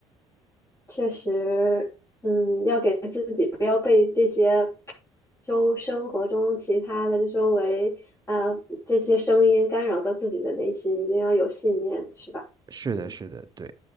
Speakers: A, on the left (about 20°); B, on the right (about 30°).
A: 确实，嗯，要给自己不要被这些周生活中其他的周围啊这些声音干扰到自己的内心，一定要有信念，是吧？
B: 是的，
A: 嗯，
B: 是的，对，